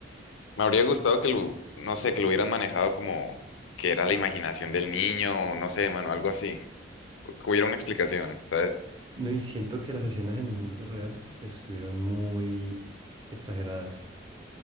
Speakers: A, on the left; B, on the right.
A: Me habría gustado que lo, no sé, que lo hubieran manejado como que era la imaginación del niño, o no sé, mano, algo así. Que hubiera una explicación, ¿sabes?
B: No, y siento que las escenas en el mundo real estuvieron muy exageradas.